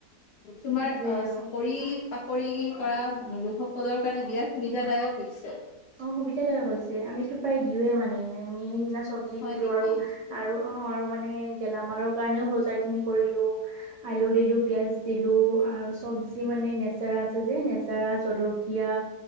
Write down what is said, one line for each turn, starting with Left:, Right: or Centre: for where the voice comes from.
Left: তোমাৰ
Right: সেইটোয়ে
Left: অ
Right: আৰু
Left: চাকৰিৰ চাকৰি কৰা লোকসকলৰ কাৰণে বিৰাট সুবিধাদায়ক হৈছে।
Right: অ সুবিধাদায়ক হৈছে আমিতো প্ৰায় দিওঁয়ে মানে আমি সেইদিনা চব চব্জি
Left: হয়
Right: দিলো
Left: নেকি
Right: আৰু আৰু অ মানে। গেলামালৰ কাৰণেও বজাৰখিনি কৰিলোঁ আলু দিলো পিয়াঁজ দিলো আৰু চব্জি মানে নেচেৰা আছে যে নেচেৰা জলকীয়া